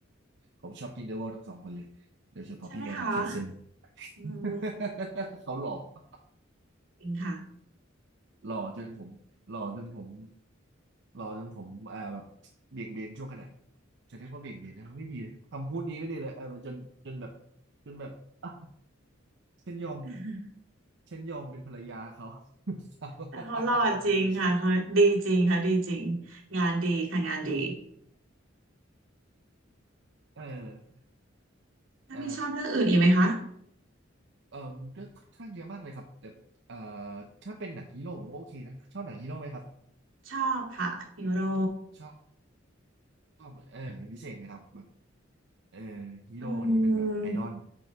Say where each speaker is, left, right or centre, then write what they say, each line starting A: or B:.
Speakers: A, on the right; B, on the right.
A: ผมชอบกินเดอะวอลทั้งสองคนเลยโดยเฉพาะพี่แมนมิเคลเซน
B: ใช่ไหมคะอืม
A: <laughs> เขาหล่อ
B: จริงค่ะ
A: หล่อจนผมหล่อจนผมหล่อจนผมอ่าแบบเบี่ยงเบนช่วงขณะจะเรียกว่าเบี่ยงเบนนะไม่ดีเลยคำพูดนี้ไม่ดีเลยเออจนจนแบบจนแบบอ่ะฉันยอม
B: <laughs>
A: ฉันยอมเป็นภรรยาเขา <laughs>
B: แต่เขาหล่อจริงค่ะเขาดีจริงค่ะดีจริง
A: ไม่ใช่
B: งานดีค่ะงานดี
A: เออ
B: ถ้ามีชอบเรื่องอื่นอีกไหมคะ
A: เออ เอ่อก็ค่อนข้างเยอะมากเลยครับแต่เอ่อถ้าเป็นหนังฮีโร่ผมว่าโอเคนะชอบหนังฮีโร่ไหมครับ
B: ชอบค่ะฮีโร่
A: ชอบชอบเออเป็นพิเศษไหมครับแบบเออฮีโร่นี้เป็นแบบไอดอล
B: อืม